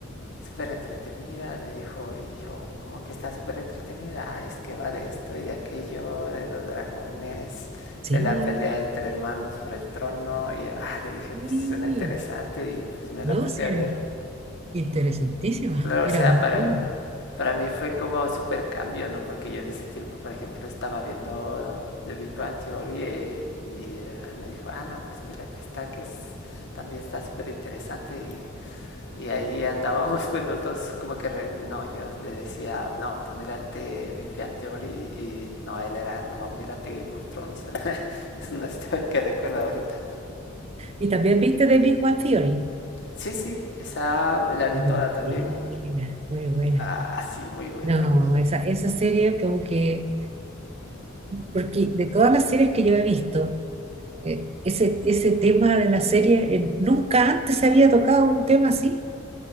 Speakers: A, on the left; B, on the right.
A: súper entretenida, me dijo, y yo, como que está súper entretenida, ah, es que va de esto y de aquello, de los dragones,
B: Sí,
A: de la pelea entre hermanos por el trono, y yo, ah, le dije,
B: sí,
A: pues suena interesante, y pues me
B: no,
A: la puse
B: sí,
A: a ver.
B: era interesantísima,
A: Claro,
B: era
A: o sea,
B: muy
A: para,
B: buena.
A: para mí fue como súper cambio, ¿no? Porque yo en ese tiempo, por ejemplo, estaba viendo The Big Bang Theory, y, y él me dijo, ah, no, pues mírate esta que es, también está súper interesante, y y ahí andábamos <laughs> pues los dos como que, re- no, yo le decía, no, tú mírate Big Bang Theory y no, él era, no, mírate Game of Thrones. <laughs> es una historia que recuerdo ahorita.
B: Y también viste The Big Bang Theory.
A: Sí, sí, esa me la vi
B: Muy
A: toda también.
B: buena, muy buena.
A: Ah, sí, muy buena,
B: No,
A: muy...
B: esa, esa serie como que, porque de todas las series que yo he visto, eh, ese, ese tema de la serie, eh, nunca antes se había tocado un tema así.